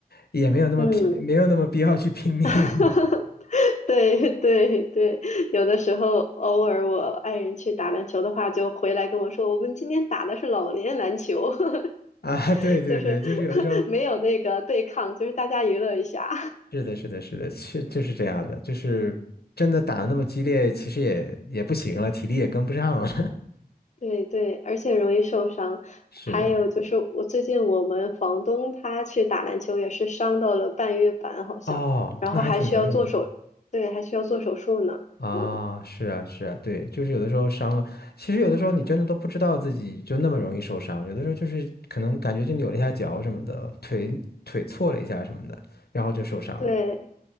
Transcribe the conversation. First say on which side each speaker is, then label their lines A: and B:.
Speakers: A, on the left; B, on the left.
A: 也没有那么拼，
B: 嗯。
A: 没有那么必要去拼命
B: <laughs> 哈哈。<laughs> 对对对，有的时候偶尔我爱人去打篮球的话，就回来跟我说，我们今天打的是老年篮球，
A: <laughs>
B: <laughs>
A: 啊，对对对，
B: 就是
A: 就是有的时候
B: <laughs> 没有那个对抗，就是大家娱乐一下。
A: 是的，是的，是的，确就是这样的，就是真的打得那么激烈，其实也也不行了，体力也跟不上了，
B: <laughs> 对对，而且容易受伤。
A: <laughs> 是的。
B: 还有就是，我最近我们房东他去打篮球也是伤到了半月板，好像，
A: 哦，
B: 然后还需要做手，
A: 那还挺严重的
B: 对，还需要做手术呢。
A: 啊！
B: 嗯，
A: 是啊，是啊，对，就是有的时候伤了，其实有的时候你真的都不知道自己就那么容易受伤，有的时候就是可能感觉就扭了一下脚什么的，腿腿错了一下什么的，然后就受伤了。
B: 对